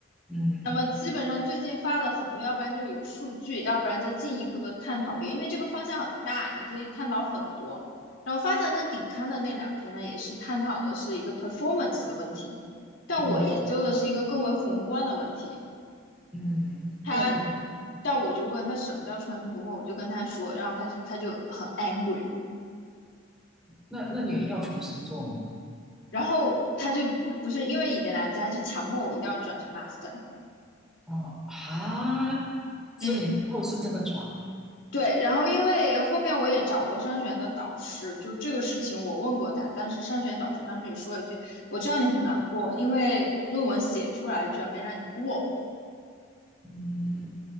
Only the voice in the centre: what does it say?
嗯
嗯嗯，
那你
那那你也要重新做吗？
哦，哈，所以你之后是真的转了。
嗯，